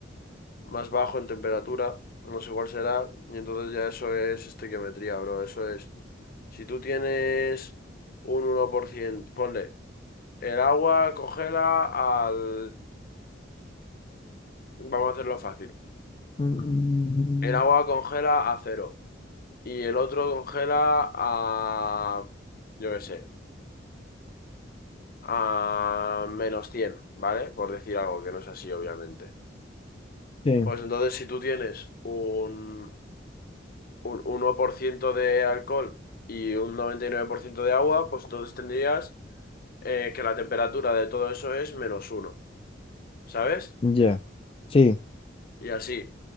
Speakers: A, on the left; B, on the left.
A: más bajo en temperatura, no sé cuál será, y entonces ya eso es estequiometría, bro, eso es. Si tú tienes un uno por ciento ponle, el agua congela al... Vamos a hacerlo fácil.
B: Mm,
A: El agua congela a cero y el otro congela a... yo qué sé, a menos cien ¿vale? Por decir algo que no es así, obviamente.
B: Sí,
A: Pues entonces, si tú tienes un un uno por ciento de alcohol y un 99% de agua, pues entonces tendrías eh, que la temperatura de todo eso es menos uno, ¿sabes?
B: ya. Sí,
A: Y así.